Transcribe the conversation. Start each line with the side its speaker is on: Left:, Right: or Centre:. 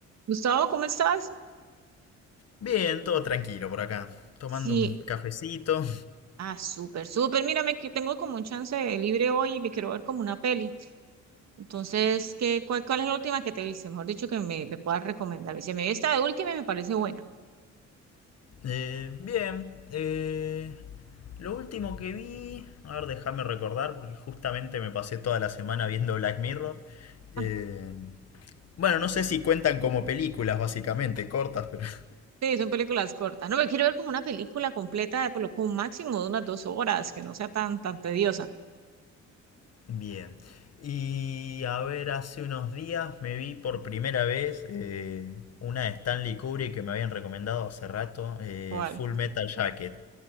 Right: Gustavo, ¿cómo estás?
Left: Bien, todo tranquilo por acá. Tomando
Right: Sí.
Left: un cafecito.
Right: Ah, súper, súper. Mírame que tengo como un chance de libre hoy y me quiero ver como una peli. Entonces, ¿qué, cuál, cuál es la última que te viste? Mejor dicho, que me, me puedas recomendar. Y se me vi esta de última y me parece buena.
Left: Eh, bien. eh, lo último que vi... A ver, déjame recordar porque justamente me pasé toda la semana viendo Black Mirror.
Right: Ah,
Left: Eh, bueno, no sé si cuentan como películas, básicamente, cortas, pero... <laughs>
Right: Sí, son películas cortas. No, me quiero ver como una película completa de por lo- con un máximo de unas dos horas, que no sea tan, tan tediosa.
Left: Bien. Y a ver, hace unos días me vi por primera vez eh, una de Stanley Kubrick que me habían recomendado hace rato, eh,
Right: ¿Cuál?
Left: Full Metal Jacket.